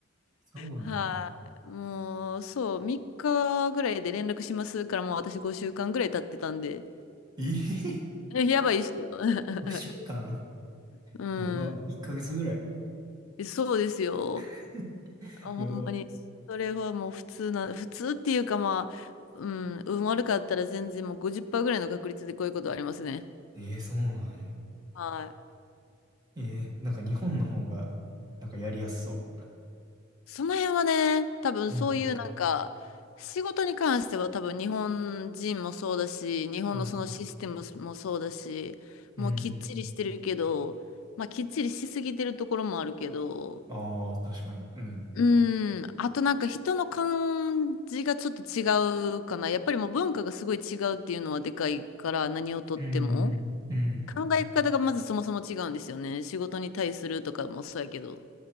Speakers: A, on the right; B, on the left.
A: そうね。
B: はい、もう、そう、3日ぐらいで連絡しますから、もう私5週間ぐらい経ってたんで、
A: えー、
B: えやばいっすよ。<laughs>
A: 5週間
B: う
A: やば。
B: ん、
A: 1ヶ月ぐらい。
B: そうですよ。
A: <laughs>
B: あ、ほんまに、
A: やば。
B: それはもう普通な、普通っていうかまあ、うん、運悪かったら全然もう50%ぐらいの確率でこういうことありますね。
A: えー、そうなんや。
B: はい。
A: えー、なんか日本の方が、なんかやりやすそ
B: その辺はね、多分そういうなんか、
A: う。うん。
B: 仕事に関しては多分日本人もそうだし、日本のそのシステムもそうだし、
A: はいはい。うん。
B: もうきっちりしてるけど、まあきっちりしすぎてるところもあるけど、
A: ああ、確かに。うん。
B: うん。あとなんか人の感じがちょっと違うかな。やっぱりもう文化がすごい違うっていうのはでかいから何をとっても。
A: うんうんうん。
B: 考え方がまずそもそも違うんですよね。仕事に対するとかもそうやけど。